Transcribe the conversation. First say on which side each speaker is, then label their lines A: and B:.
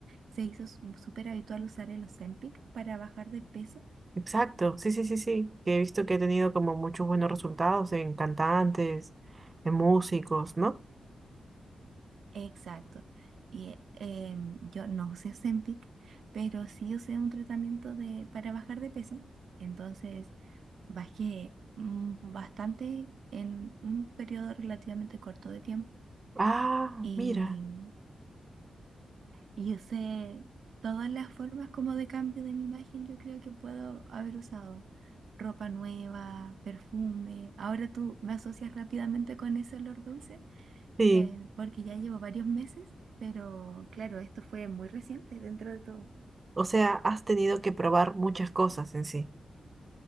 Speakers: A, on the right; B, on the right.
A: se hizo s- súper habitual usar el Ozempic para bajar de peso?
B: Exacto, sí, sí, sí, sí, que he visto que he tenido como muchos buenos resultados en cantantes, en músicos, ¿no?
A: Exacto. Y eh, yo no usé Ozempic, pero sí usé un tratamiento de, para bajar de peso. Entonces bajé mm, bastante en un periodo relativamente corto de tiempo.
B: Ah,
A: Y,
B: mira,
A: y usé todas las formas como de cambio de mi imagen, yo creo que puedo haber usado. Ropa nueva, perfume. Ahora tú me asocias rápidamente con ese olor dulce,
B: sí.
A: eh, porque ya llevo varios meses, pero claro, esto fue muy reciente dentro de todo.
B: O sea, has tenido que probar muchas cosas en sí.